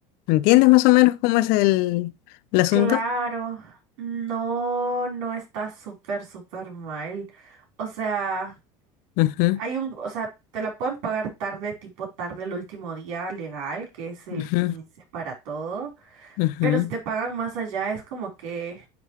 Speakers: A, on the left; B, on the right.
A: ¿Entiendes más o menos cómo es el, el asunto?
B: Claro. No, no está súper, súper mal. O sea,
A: Ujú,
B: hay un, o sea, te la pueden pagar tarde, tipo tarde el último día legal, que es el
A: ujú.
B: 15 para todo.
A: Ujú,
B: Pero si te pagan más allá, es como que.